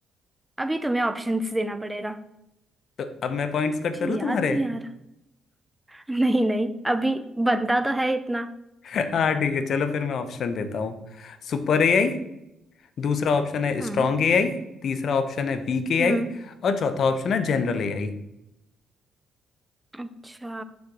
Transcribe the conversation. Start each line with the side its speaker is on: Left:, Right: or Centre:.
Centre: अभी तुम्हें ऑप्शंस देना पड़ेगा
Left: तो अब मैं पॉइंट्स
Centre: मुझे
Left: कट करूँ
Centre: याद
Left: तुम्हारे
Centre: नहीं आ नहीं नहीं अभी बनता तो है इतना
Left: हाँ ठीक है चलो फिर मैं ऑप्शन देता हूँ Super AI दूसरा ऑप्शन है स्ट्रॉन्ग
Centre: हम्म
Left: एआई तीसरा ऑप्शन है वीक एआई
Centre: हम्म
Left: और चौथा ऑप्शन है जनरल एआई
Centre: अच्छा